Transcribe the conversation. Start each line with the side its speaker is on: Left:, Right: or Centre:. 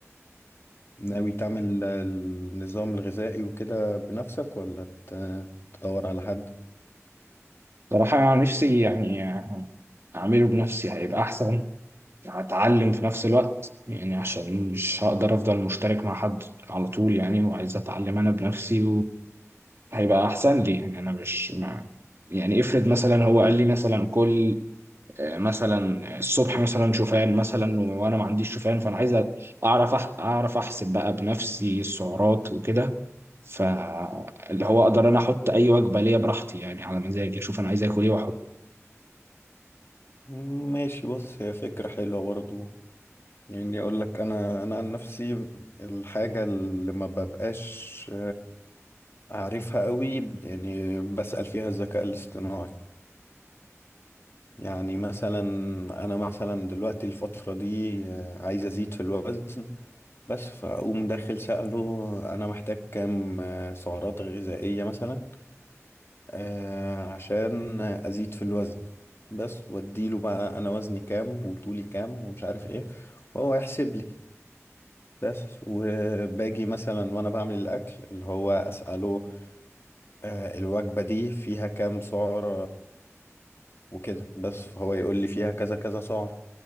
Left: ناوي تعمل النظام الغذائي وكده بنفسك ولا ت- تدور على حد
Right: بصراحه يعني نفسي يعني اعمله بنفسي هيبقى احسن هتعلم في نفس الوقت يعني عشان مش هقدر افضل مشترك مع حد على طول يعني وعايز اتعلم انا بنفسي وهيبقى احسن لي يعني انا مش مع يعني افرض مثلا هو قال لي مثلا كل آه، مثلا الصبح مثلا شوفان مثلا و- وانا ما عنديش شوفان فانا عايز اعرف أح- اعرف احسب بقى بنفسي السعرات وكده فاللي هو اقدر انا احط اي وجبه ليا براحتي يعني على مزاجي اشوف انا عايز اكل ايه
Left: ماشي بص هي فكرة حلوة برضو يعني اقول لك انا انا عن نفسي الحاجة اللي ما ببقاش أعرفها قوي يعني بسأل فيها الذكاء الاصطناعي يعني مثلا أنا مثلا دلوقتي الفترة دي آه، عايز أزيد في الوزن بس فأقوم داخل سأله أنا محتاج كام آه، سعرات غذائية مثلا آه، عشان أزيد في الوزن بس وأديله بقى أنا وزني كام وطولي كام ومش عارف إيه وهو يحسب لي بس وباجي مثلا وأنا بعمل الأكل اللي هو أسأله آه، الوجبة دي فيها كام سعر وكده بس فهو يقول لي فيها كذا كذا سعر